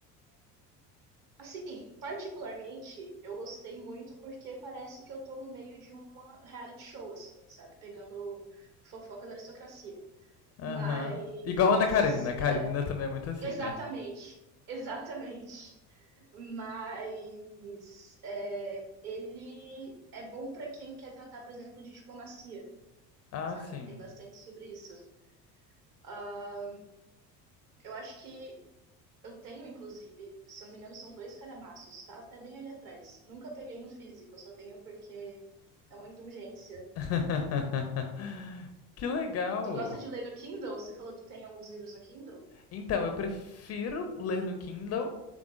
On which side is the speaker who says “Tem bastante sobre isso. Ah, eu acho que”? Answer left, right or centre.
Right